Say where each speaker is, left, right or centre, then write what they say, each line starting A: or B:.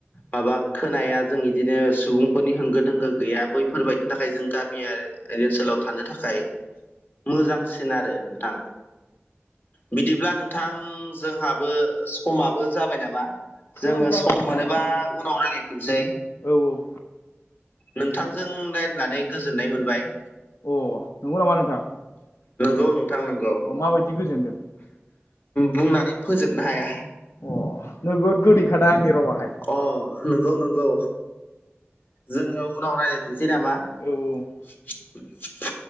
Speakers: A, on the left (about 45°); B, on the left (about 85°).
A: माबा खोनाया जों इदिनो सुबुंफोरनि होंगो दोंगो गैया बैफोरबायदिनि थाखाय जों गामि आरो ओर ओनसोलाव थानो थाखाय मोजांसिन आरो नोंथां। बिदिब्ला नोंथां जोंहाबो समाबो जाबाय नामा जोङो
B: औ जाबाय
A: सम
B: नोंथां
A: मोनोबा उनाव रायज्लायफिनसै।
B: औ औ
A: नोंथांजों रायलायनानै गोजोननाय मोनबाय।
B: अ नंगौ नामा नोंथां।
A: नंगौ नोंथां नंगौ
B: अ माबायदि गोजोनदों
A: बुंनानै फोजोबनो हाया।
B: अ नोगोद गोदैखादा आंनि रावाहाय
A: अ नंगौ नंगौ। जोङो उनाव रायज्लायफिनसै नामा।
B: औ औ
A: <inaudible>